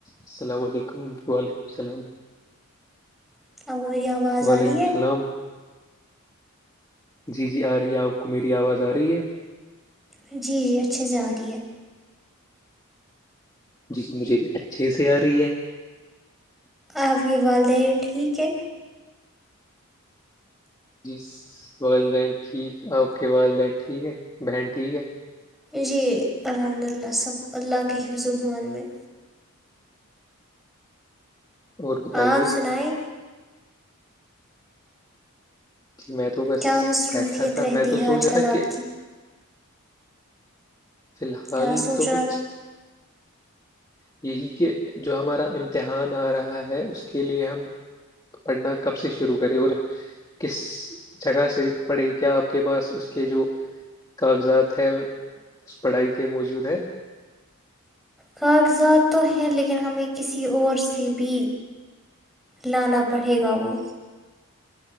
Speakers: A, on the left; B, in the centre.
A: السلام علیکم وعلیکم السلام
B: <inaudible>
A: وعلیکم
B: ہے
A: السلام جی- جی آ رہی ہے آپ کو میری آواز آ رہی ہے-
B: جی- جی اچھے سے ا رہی ہے-
A: جی- جی مجھے بھی اچھے سے آ رہی ہے-
B: آپ کےے والدہین ٹھیک ہے?
A: جی والدین ٹھیک آپ کے والدین ٹھیک ہے بہن ٹھیک ہے-
B: جی الحمد للہ سب اللہ کے ہی زبان میں-
A: اور بتائیے
B: اپ سنائیں-
A: میں تو بس
B: کیا مصروفیت
A: بیٹھا تھا
B: رہتی
A: میں تو
B: ہے
A: سوچ
B: آج
A: رہا
B: کل
A: تھا کہ-
B: آپ کی
A: فی الحال
B: کیا سوچ
A: تو
B: رہا
A: کچھ یہی کہ جو ہمارا امتحان آ رہا ہے اس کے لیے ہم پڑھنا کب سے شروع کرے اور کس جگہ سے پڑے کیا آپ کے پاس اس کے جو کاغذات ہے اس پڑھائی کے موجود ہے
B: کاغذات تو ہیں لیکن ہمیں کسی اور سے بھی لانا پڑے گا وہ